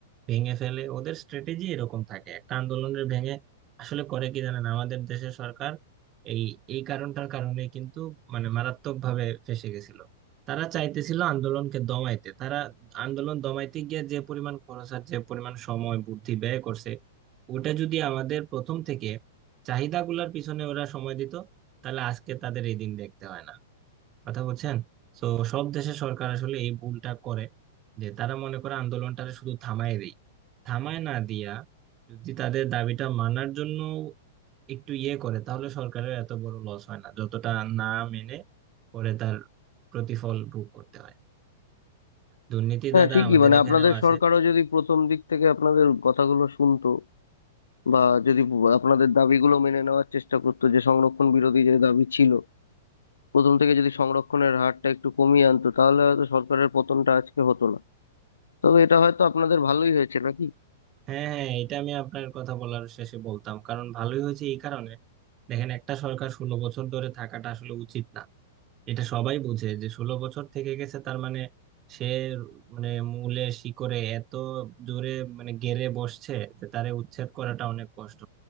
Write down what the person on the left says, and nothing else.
হ্যাঁ
ঠিকই
মানে
আপনাদের
সরকারও যদি প্রথম দিক থেকে আপনাদের কথাগুলো শুনতো বা যদি আপনাদের দাবিগুলো মেনে নেওয়ার চেষ্টা করতো যে সংরক্ষণ বিরোধী যে দাবি ছিল প্রথম থেকে যদি সংরক্ষণের হারটা একটু কমিয়ে আনতো তাহলে হয়তো সরকারের পতনটা আজকে হতো না তবে এটা হয়তো আপনাদের ভালোই হয়েছে নাকি